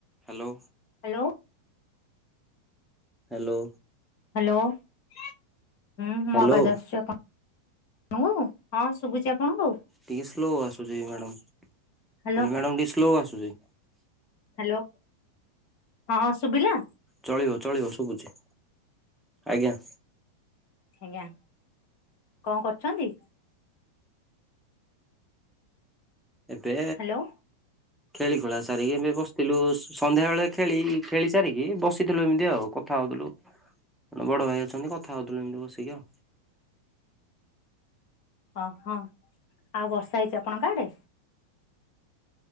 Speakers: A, in the centre; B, on the left.
A: Hello.
B: Hello.
A: Hello.
B: Hello ହୁଁ
A: hello.
B: ମୋ ଆବାଜ ଆସୁଛି ଆପଣ ମୁଁ ହଁ ଶୁଭୁଛି ଆପଣଙ୍କୁ?
A: ଟିକେ ସ୍ଲୋ ଆସୁଛି ମ୍ୟାଡ଼ାମ୍
B: ହ୍ୟାଲୋ
A: କହିଲି ମ୍ୟାଡ଼ାମ୍ ଟିକେ ସ୍ଲୋ ଆସୁଛି।
B: ହ୍ୟାଲୋ ହଁ ସୁବିଲା?
A: ଚଳିବ ଚଳିବ ଶୁୁବୁଛି ଆଜ୍ଞା।
B: ଆଜ୍ଞା କଣ କରୁଛନ୍ତି?
A: ଏବେ
B: ହ୍ୟାଲୋ
A: ଖେଳି ଖୁଳା ସାରିକି ଏବେ ବସିଥିଲୁ ସ ସନ୍ଧ୍ୟା ବେଳେ ଖେଳି ଖେଳି ସାରିକି ବସିଥିଲୁ ଏମିତି ଆଉ କ କଥା ହଉଥିଲୁ ବଡ ଭାଇ ଅଛନ୍ତି କଥା ହଉଥିଲୁ ଏମିତି ବସିକି ଆଉ।
B: ଓ- ହଁ ଆଉ ବର୍ଷା ହେଇଚି ଆପଣଙ୍କ ଆଡେ?